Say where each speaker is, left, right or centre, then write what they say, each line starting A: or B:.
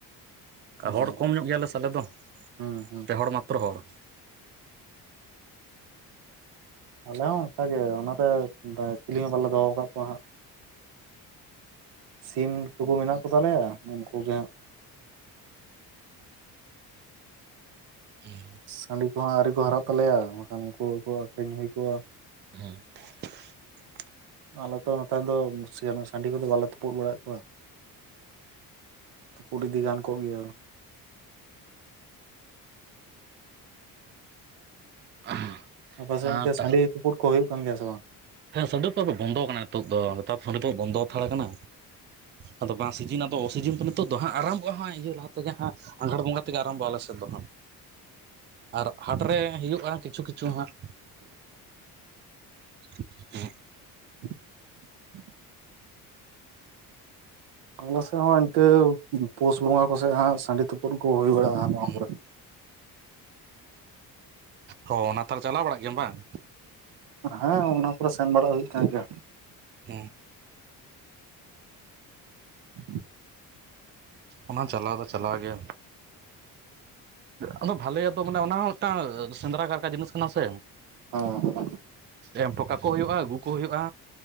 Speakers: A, on the right; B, on the right.
A: ᱟᱨ ᱦᱚᱲ
B: ᱚ
A: ᱠᱚᱢ ᱧᱚᱜ ᱜᱮᱭᱟᱞᱮ ᱥᱮ ᱟᱞᱮ ᱫᱚ,
B: ᱦᱩᱸ ᱦᱩᱸ
A: ᱯᱮ ᱦᱚᱲ ᱢᱟᱛᱨᱚ ᱦᱚᱲ᱾
B: ᱟᱞᱮ ᱦᱚᱸ ᱚᱱᱠᱟ ᱜᱮ ᱚᱱᱟᱛᱮ ᱠᱤᱞᱤᱝ ᱦᱚᱸᱞᱮ ᱫᱚᱦᱚ ᱟᱠᱟᱜ ᱠᱚᱣᱟ ᱦᱟᱸᱜ᱾ ᱥᱤᱢ ᱴᱩᱠᱩ ᱢᱮᱱᱟᱜ ᱠᱚᱛᱟᱞᱮᱭᱟ ᱩᱱᱠᱩ ᱜᱮ ᱦᱟᱸᱜ
A: <unintelligible>
B: ᱥᱟᱺᱰᱤ ᱠᱚᱦᱚᱸ ᱟᱹᱣᱨᱤ ᱠᱚ ᱦᱟᱨᱟᱜ ᱛᱟᱞᱮᱭᱟ, ᱵᱟᱠᱷᱟᱱ ᱩᱱᱠᱩᱠᱚ ᱟᱹᱠᱷᱨᱤᱧ ᱦᱩᱭ ᱠᱚᱜᱼᱟ᱾
A: <unintelligible>
B: ᱟᱞᱮ ᱫᱚ ᱱᱮᱛᱟᱨ ᱫᱚ ᱥᱤᱢ ᱥᱟᱺᱰᱤ ᱠᱚᱫᱚ ᱵᱟᱞᱮ ᱛᱩᱯᱩᱫ ᱵᱟᱲᱟᱭᱮᱜ ᱠᱚᱣᱟ᱾ ᱯᱩᱰ ᱤᱫᱤ ᱜᱟᱱ ᱠᱚᱜ ᱜᱮᱭᱟ᱾
A: <unintelligible>
B: ᱟᱯᱮᱥᱮᱱ
A: ᱟᱨ
B: ᱠᱮ
A: ᱛᱟᱦᱚᱞᱮ
B: ᱥᱟᱺᱰᱤ ᱛᱩᱯᱩᱫ ᱠᱚ ᱦᱩᱭᱩᱜ ᱠᱟᱱ ᱜᱮᱭᱟ ᱥᱮ ᱵᱟᱝ?
A: ᱦᱮᱸ ᱥᱟᱺᱰᱤ ᱫᱚ ᱟᱫᱚ ᱵᱚᱱᱫᱚ ᱟᱠᱟᱱᱟ ᱱᱤᱛᱚᱜ ᱫᱚ, ᱱᱮᱛᱟᱨ ᱥᱟᱺᱰᱤ ᱫᱚ ᱵᱚᱱᱫᱚ ᱦᱟᱛᱟᱲ ᱟᱠᱟᱱᱟ᱾ ᱟᱫᱚ ᱵᱟᱝ ᱥᱤᱡᱤᱱ ᱟ ᱛᱚ ᱚᱠᱥᱤᱡᱮᱱ ᱛᱚ ᱱᱤᱛᱚᱜ ᱫᱚ ᱦᱟᱸᱜ ᱟᱨᱟᱢᱵᱚ ᱦᱟᱸᱭ ᱤᱭᱟᱹ ᱞᱟᱦᱟ ᱛᱮᱜᱮ ᱦᱟᱸᱥ, ᱟᱸᱜᱷᱟᱲ ᱵᱚᱸᱜᱟ ᱛᱮᱜᱮ ᱟᱨᱟᱢᱵᱷᱚᱼᱟ ᱟᱞᱮ ᱥᱮᱫ ᱫᱚ ᱦᱟᱸᱜ᱾ ᱟᱨ ᱦᱟᱴᱨᱮ ᱦᱩᱭᱩᱜᱼᱟ ᱠᱤᱪᱷᱩ ᱠᱤᱪᱷᱩ ᱦᱟᱸᱜ᱾ <unintelligible>
B: <unintelligible> <inaudible> ᱦᱚᱸ ᱮᱱᱛᱮ ᱯᱩᱥ ᱵᱚᱸᱜᱟ ᱠᱚᱥᱮᱜ ᱦᱟᱸᱜ ᱥᱟᱺᱰᱤ ᱛᱩᱯᱩᱫ ᱠᱚ ᱦᱩᱭ ᱵᱟᱲᱟᱜᱼᱟ᱾ ᱱᱚᱣᱟ
A: ᱩ
B: ᱠᱚᱨᱮ᱾
A: ᱚ ᱚᱱᱟ ᱛᱟᱦᱟᱨ ᱪᱟᱞᱟᱣ ᱵᱟᱲᱟᱜ ᱜᱮᱭᱟᱢ ᱵᱟᱝ?
B: ᱦᱮᱸ ᱚᱱᱟ ᱠᱚ ᱥᱮᱱ ᱵᱟᱲᱟ ᱦᱩᱭᱩᱜ ᱛᱟᱦᱮ ᱜᱮ᱾
A: ᱦᱩᱸ᱾
B: <unintelligible>
A: ᱚᱱᱟ ᱪᱟᱞᱟᱣ ᱫᱚ ᱪᱟᱞᱟᱣ ᱜᱮ, ᱟᱫᱚ ᱵᱷᱟᱞᱮᱭᱟᱜ ᱫᱚ ᱢᱟᱱᱮ ᱚᱱᱟ ᱦᱚᱸ ᱢᱤᱜᱴᱟᱝ ᱥᱮᱸᱫᱽᱨᱟ ᱠᱟᱨᱠᱟ ᱡᱤᱱᱤᱥ ᱠᱟᱱᱟ ᱥᱮ,
B: ᱚ᱾
A: ᱮᱢᱴᱚ ᱠᱟᱠᱚ ᱦᱩᱭᱩᱜ-ᱟ, ᱟᱜᱩ ᱠᱚ ᱦᱩᱭᱩᱜ-ᱟ,